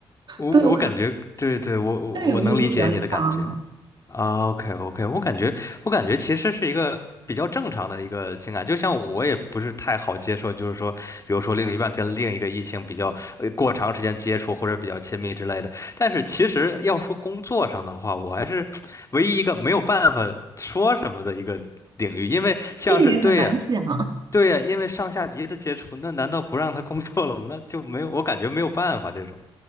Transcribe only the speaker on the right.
对，我可能
占有欲会比较强，
这一点很难讲。